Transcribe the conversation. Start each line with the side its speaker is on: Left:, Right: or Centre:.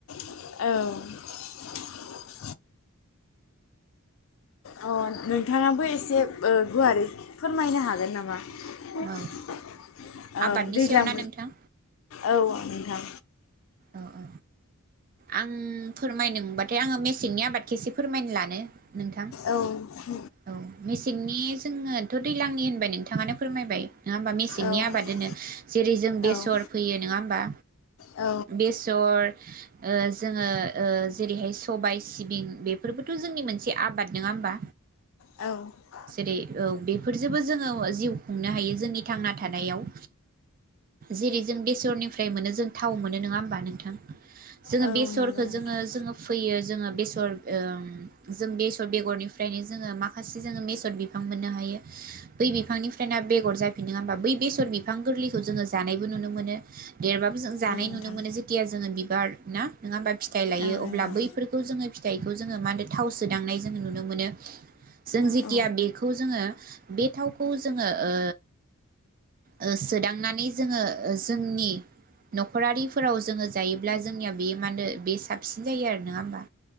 Left: औ अ नोंथाङाबो एसे गुवारै फोरमायनो हागोन नामा औ
Right: औ आबादनि
Left: दैज्लां
Right: सायाव ना नोंथां
Left: औ ओं नोंथां
Right: औ औ आं फोरमायनो मोनबाथाय आङो मेसेंनि आबादखौ एसे फोरमायनो लानो नोंथां
Left: औ
Right: औ मे सेंनि जोङोथ' दैलांनि होनबाय नोंथाङानो फोरमायबाय नङा होमबा मेसेंनि
Left: औ
Right: आबाद दोनो जेरै जों बेसर
Left: औ
Right: फैयो नङा होमबा
Left: औ
Right: बेसर ओ जोङो ओ जेरैहाय सबाय सिबिं बेफोरबोथ' जोंनि मोनसे आबाद नङा होमबा
Left: औ
Right: जेरै ओ बे फोरजोंबो जोङो जिउ खुंनो हायो जोंनि थांना थानायाव जेरै जों बेसरनिफ्राय मोनो जों थाव मोनो नङा होमबा नोंथां जोङो
Left: औ
Right: बेसरखौ
Left: नंगौ नोंथां
Right: जोङो जोङो फैयो जोङो बे सर ओम जों बेसर बेगरनिफ्रायनो जोङो माखासे जोङो बेसर बिफां मोननो हायो बै बिफांनि फ्रायना बेगर जाफिनो होमबा बै बेसर बिफां गोरलैखौ जोङो जानायबो नुनो मोनो देरबाबो जों जानाय
Left: औ नोंथां
Right: नु जेथिया जोङो बिबार ना नङा होमबा फिथाइ लायो
Left: औ नोंथां
Right: अब्ला बैफोरखौ जोङो फिथाइखौ जोङो मा होनो थाव सोदांनाय जोङो नुनो मोनो जों जेथिया
Left: औ
Right: बेखौ जोङो बे थावखौ जोङो ओ ओ सोदांनानै जोङो जोंनि न'खरारि फोराव जोङो जायोब्ला जोंनिया बे मा होनदो बे साबसिन जायो आरो नङा होमबा